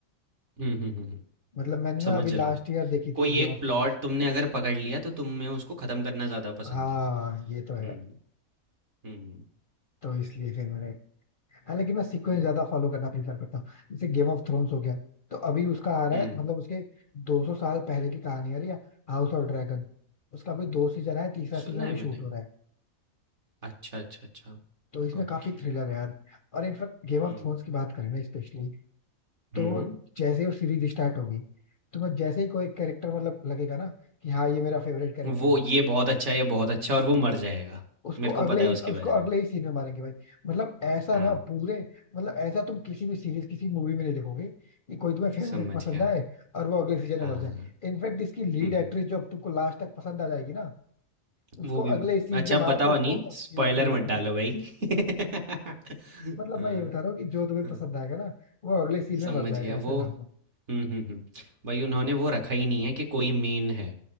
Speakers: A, on the right; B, on the left.
A: हम्म हम्म हम्म हम्म,
B: मतलब मैंने ना
A: समझ
B: अभी लास्ट
A: रहा हूँ
B: ईयर देखी
A: कोई
B: थी ये गेम
A: एक
B: ऑफ
A: प्लॉट
B: थ्रोन्स
A: तुमने अगर पकड़ लिया तो तुम्हें उसको ख़त्म करना ज़्यादा पसंद
B: हाँ
A: है
B: ये तो है
A: हम्म हम्म
B: तो इसलिए फिर मैंने हालांकि मैं सीक्वेंस
A: हुँ,
B: ज्यादा फॉलो करना प्रीफर करता हूँ जैसे गेम ऑफ थ्रोन्स हो गया तो अभी उसका आ रहा
A: हुँ,
B: है मतलब उसके 200 साल पहले की कहानी आ रही है हाउस ऑफ ड्रैगन उसका अभी दो सीजन है तीसरा
A: सुना
B: सीजन अभी
A: है
B: शूट
A: मैंने।
B: हो रहा है
A: अच्छा, अच्छा, अच्छा,
B: तो इसमें
A: ओके,
B: काफी थ्रिलर है यार और इनफैक्ट गेम ऑफ
A: हुँ,
B: थ्रोन्स की बात करें ना स्पेशली तो
A: हुँ।
B: जैसे ही वो सीरीज स्टार्ट होगी तो मैं जैसे ही कोई कैरेक्टर मतलब लगेगा ना कि हाँ ये मेरा फेवरेट कैरेक्टर
A: वो
B: है
A: ये बहुत अच्छा है, ये बहुत अच्छा है और वो मर जाएगा।
B: उसको
A: मेरे को
B: अगले
A: पता है
B: ही
A: उसके
B: उसको
A: बारे
B: अगले
A: में।
B: ही सीन में मारेंगे भाई मतलब ऐसा
A: हाँ,
B: ना पूरे मतलब ऐसा तुम किसी भी सीरीज किसी मूवी में नहीं देखोगे कि कोई तुम्हें फेवरेट
A: समझ
B: पसंद
A: गया।
B: आए और वो अगले सीजन
A: हाँ,
B: में मर जाए
A: हाँ।
B: इनफैक्ट इसकी लीड
A: हुँ,
B: एक्ट्रेस
A: हुँ,
B: जो अब तुमको लास्ट तक पसंद आ जाएगी ना उसको
A: वो भी
B: अगले सीन
A: अच्छा
B: पे
A: अब बताओ
B: मार के उसको
A: नहीं, स्पॉइलर
B: सीरीज
A: मत डालो
B: खत्म कर
A: भाई। <laughs> हाँ,
B: मतलब मैं ये बता रहा हूँ कि जो तुम्हें
A: हाँ,
B: पसंद आएगा ना वो अगले सीन में
A: समझ
B: मर जाएगा
A: गया वो
B: ऐसा जान लो
A: हुँ, हुँ, हुँ, भाई उन्होंने वो रखा ही नहीं है कि कोई मेन है,